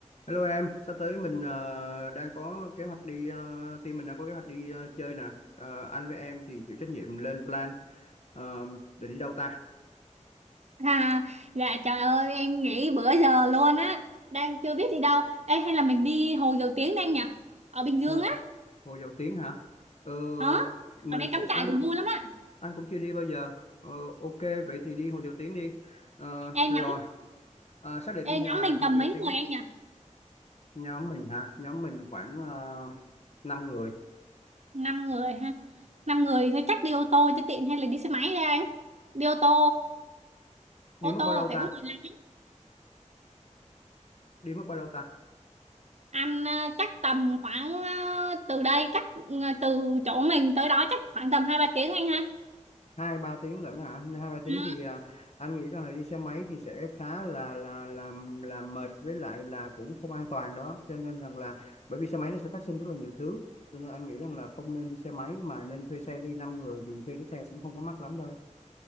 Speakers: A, on the left; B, on the right.
A: Hello em, sắp tới mình ờ, đang có kế hoạch đi, ờ, team mình đang có kế hoạch đi ờ, chơi nè. Ờ, anh với em thì chịu trách nhiệm lên plan Ờ, để đi đâu ta?
B: À, dạ trời ơi em nghỉ bữa giờ luôn á đang chưa biết đi đâu Ê hay là mình đi Hồ Dầu Tiếng đang nhỉ ở Bình Dương
A: Hồ
B: á
A: Hồ Dầu Tiếng hả? Ờ,
B: đó
A: mình
B: ở đây
A: cũng
B: cắm trại
A: anh
B: cũng vui lắm á
A: anh cũng chưa đi bao giờ. Ờ, ok vậy thì đi Hồ Dầu Tiếng đi. Ờ,
B: Ê
A: rồi
B: nhóm
A: ờ, xác định
B: ê nhóm
A: nhà
B: mình
A: Hồ
B: tầm
A: Dầu
B: mấy
A: Tiếng
B: người anh nhỉ
A: nhóm mình hả? Nhóm mình khoảng uh, 5 người.
B: năm người ha năm người thôi chắc đi ô tô cho tiện hay là đi xe máy ra anh đi ô tô
A: Đi
B: ô
A: mất
B: tô
A: bao lâu
B: phải
A: ta?
B: có người lái
A: Đi mất bao lâu ta?
B: anh à, chắc tầm khoảng à, từ đây chắc à, từ chỗ mình tới đó chắc khoảng tầm hai ba tiếng anh ha
A: hai ba tiếng lận hả hai ba tiếng
B: ừ.
A: thì à, anh nghĩ rằng là đi xe máy thì sẽ khá là là là là mệt với lại là cũng không an toàn đó cho nên rằng là bởi vì xe máy nó sẽ phát sinh rất là nhiều thứ cho nên anh nghĩ rằng là không nên đi xe máy mà nên thuê xe đi năm người thì thuê cái xe cũng không có mắc lắm đâu